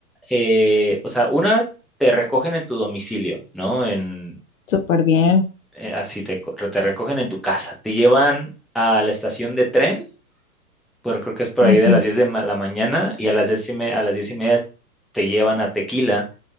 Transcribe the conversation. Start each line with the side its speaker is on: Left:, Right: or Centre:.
Centre: eh, o sea, una te recogen en tu domicilio, ¿no? En,
Left: Súper bien.
Centre: eh, así te, co- te recogen en tu casa, te llevan a la estación de tren, pero creo que es por
Left: Ujú.
Centre: ahí de las 10 de ma- la mañana y a las diez y me- a las 10 y media te llevan a Tequila